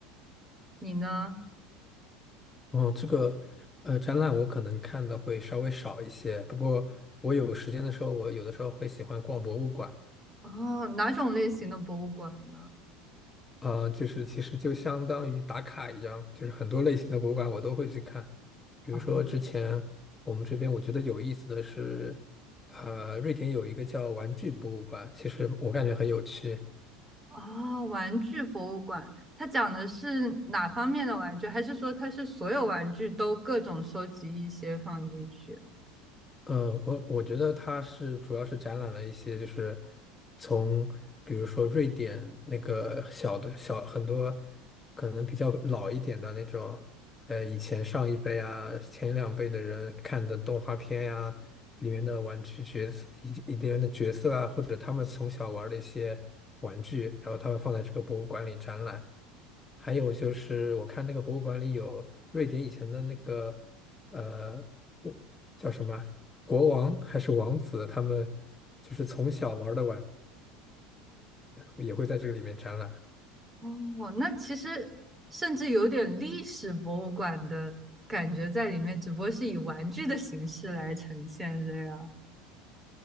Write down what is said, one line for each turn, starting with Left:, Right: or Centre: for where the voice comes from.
Right: 你呢？
Left: 哦，这个呃，展览我可能看的会稍微少一些，不过我有时间的时候，我有的时候会喜欢逛博物馆，
Right: 哦，哪种类型的博物馆呢？
Left: 啊，就是其实就相当于打卡一样，就是很多类型的博物馆我都会去看。比如说之前我们这边我觉得有意思的是，
Right: 哦
Left: 呃，瑞典有一个叫玩具博物馆，其实我感觉很有趣。
Right: 哦，玩具博物馆，它讲的是哪方面的玩具？还是说它是所有玩具都各种收集一些放进去？
Left: 嗯，我我觉得它是主要是展览了一些，就是从比如说瑞典那个小的小很多可能比较老一点的那种，呃，以前上一辈啊、前两辈的人看的动画片呀、里面的玩具角色、一里面的角色啊，或者他们从小玩的一些玩具，然后他们放在这个博物馆里展览。还有就是，我看那个博物馆里有瑞典以前的那个呃。叫什么国王还是王子，他们就是从小玩的玩，也会在这个里面展览。
Right: 哦，那其实甚至有点历史博物馆的感觉在里面，只不过是以玩具的形式来呈现这样。